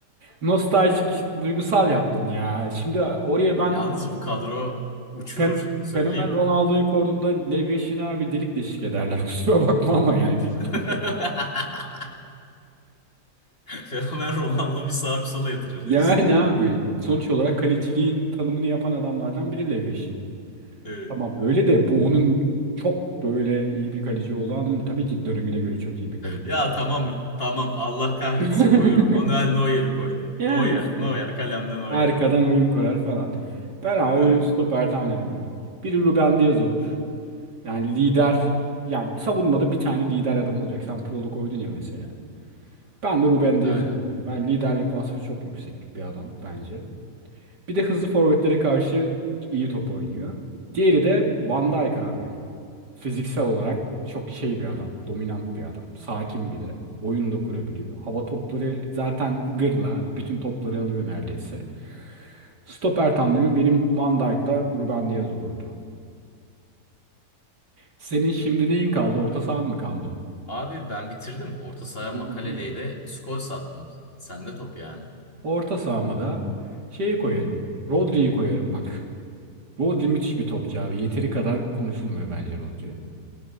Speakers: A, on the right; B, on the left.
A: Nostaljik, duygusal yaptın ya. Şimdi oraya ben
B: Yalnız bu kadro uçurur.
A: fen-
B: Söyleyeyim.
A: fenomen Ronaldo'yu koyduğumda Lev abi delik deşik ederler. <laughs> Kusura bakma ama yani.
B: <laughs>
A: <laughs>
B: Fenomen Ronaldo bir sağa bir sola yatırır
A: Yani
B: diyorsun.
A: abi sonuç olarak kaleciliğin tanımını yapan adamlardan biri Lev Yashin.
B: Evet.
A: Tamam öyle de bu onun çok böyle iyi bir kaleci olduğu anlamında. Tabii ki dönemine göre çok iyi bir kaleci
B: Ya
A: ama.
B: tamam tamam Allah kahretsin
A: <laughs>
B: koyuyorum. Manuel Neuer'i koydum.
A: Yani
B: Neuer,
A: işte.
B: Neuer kalemde Neuer
A: Arkadan
B: var.
A: oyun kurar falan. Ben abi
B: Aynen.
A: benim stoper tanemim. Biri Ruben Diaz olur. Yani lider yani savunmada bir tane lider adam olacak. Sen Puyol'u koydun ya mesela. Ben de Ruben Dias'ı
B: Aynen.
A: koydum. Ben liderlik vasfı çok yüksek bir adam bence. Bir de hızlı forvetlere karşı iyi top oynuyor. Diğeri de Van Dijk abi. Fiziksel olarak çok şey bir adam. Dominant bir adam. Sakin bir de. Oyun da kurabiliyor. Hava topları zaten gırla. Bütün topları alıyor neredeyse. Stoper tandemim benim Van Dijk'la Ruben Dias olurdu. Senin şimdi neyin kaldı? Orta sahan mı kaldı?
B: Abi ben bitirdim. Orta saha
A: Bitirdin
B: makaleleyle
A: değil mi?
B: skor sattım. Sende top yani.
A: Orta sahama da şeyi koyarım. Rodri'yi koyarım bak. Rodri müthiş bir topçu abi. Yeteri kadar konuşulmuyor bence Rodri.